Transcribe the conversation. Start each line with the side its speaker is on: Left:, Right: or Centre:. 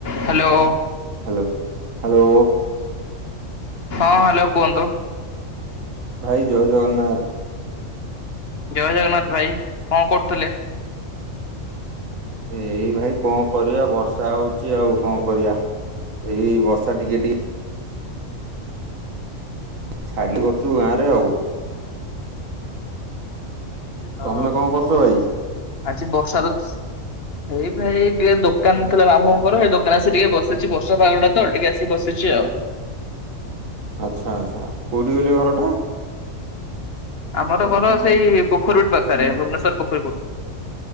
Left: ହ୍ୟାଲୋ।
Right: Hello hello.
Left: ହଁ ହ୍ୟାଲୋ କୁହନ୍ତୁ।
Right: ଭାଇ ଜୟ ଜଗନ୍ନାଥ।
Left: ଜୟ ଜଗନ୍ନାଥ ଭାଇ କଣ କରୁଥିଲେ?
Right: ଏଇ ଭାଇ କଣ କରିବା ବର୍ଷା ହଉଛି ଆଉ କଣ କରିବା? ଏଇ ବର୍ଷା ଟିକେ ଟିକେ ଛାଡିଲି କରୁଛୁ ଗାଁ ରେ ଆଉ।
Left: ଅ
Right: ତମେ କଣ କରୁଛ ଭାଇ?
Left: ଆଜି ବର୍ଷା ତ ଏଇ ଭାଇ ଟିକେ ଦୋକାନ ଥିଲା ମାମୁଁଙ୍କର ହେଇ ଦୋକାନ ଆସିକି ଟିକେ ବସିଛି ବର୍ଷା ପାଗଟା ତ ଟିକେ ଆସିିକି ବସି ଚି ଆଉ।
Right: ଆଛା ଆଛା କୋଉଠି କହିଲେ ଘର ଟା?
Left: ଆମର ଘର ସେଇ ପୋଖରୀପୁଟ ପାଖରେ ଭୁବନେଶ୍ଵର ପୋଖରୀପୁଟ।